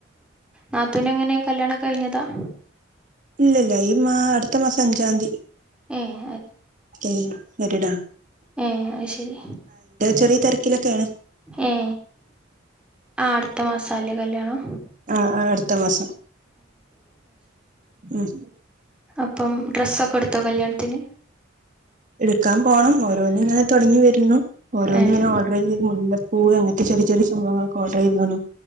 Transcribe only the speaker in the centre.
നാത്തവിന എങ്ങനെ കല്യാണം കഴിഞ്ഞതാണ്
ഏഹ്
ഉം ശരി
ഏ ഇ മാസല്ലേ കല്യാണോ
അപ്പം ഡ്രസ്സൊക്കെ എടുത്തോ കല്യാണത്തിന്
ഏഹ്